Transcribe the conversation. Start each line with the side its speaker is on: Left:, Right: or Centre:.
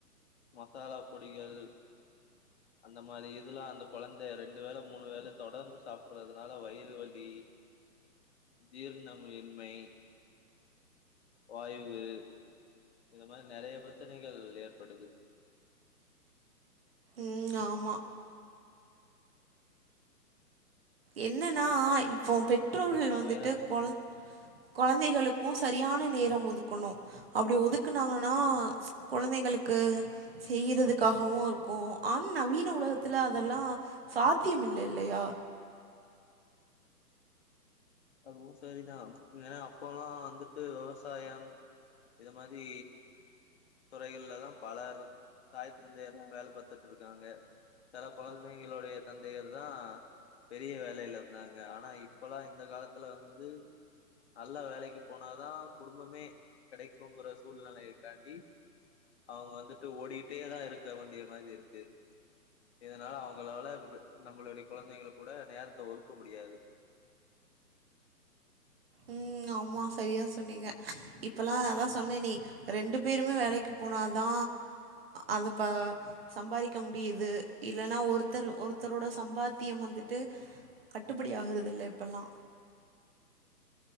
Left: மசாலா பொடிகள் அந்த மாரி இதுல்லா அந்த கொழந்தைய ரெண்டு வேல மூணு வேல தொடர்ந்து சாப்பட்றதுனால வயிறு வலி ஜீரணமின்மை வாய்வு இத மாரி நெறைய பிரச்சனைகள் ஏற்படுது
Right: உம் ஆமா என்னன்னா இப்போ பெற்றோர்கள்
Left: அப்புறோ
Right: வந்துட்டு
Left: வேற என்ன
Right: கொழ கொழந்தைகளு க்கு சரியான நேரம் ஒதுக்கணு அப்டி ஒதுக்கனாங்கன்னா குழந்தைங்களுக்கு செய்யறதுக்காகவு இருக்கு ஆனா நவீன உலகத்துல அதெல்லா சாத்தியம் இல்ல இல்லையா
Left: அதுவு சரிதா ஏன்னா அப்போல்லா வந்துட்டு விவசாயம் இத மாரி துறைகள்லதா பல தாய் தந்தையர்ல்லா வேல பாத்துட்டு இருக்காங்க செல கெழந்தைகளுடைய தந்தையர் தா பெரிய வேலைல இருந்தாங்க ஆனா இப்பல்லா இந்த காலத்துல வந்து நல்லா வேலைக்கு போனாதா குடும்பமே கெடைக்குங்கற சூழ்நெலைய காண்டி அவுங்க வந்துட்டு ஓடிக்கிட்டே தா இருக்க வண்டிய மாரி இருக்கு இதனால அவங்களால நம்மளுடைய குழந்தைங்க கூட நேரத்த ஒதுக்க முடியாது
Right: உம் ஆமா சரியா சொன்னீங்க இப்பல்லா அதா சொன்னனே ரெண்டு பேருமே வேலைக்கு போனா தா அதப்ப சம்பாதிக்க முடியுது இல்லன்னா ஒருத்தர் ஒரு ஒருத்தரோட சம்பாத்தியம் வந்துட்டு கட்டுப்படி ஆகறது இல்ல இப்பெல்லா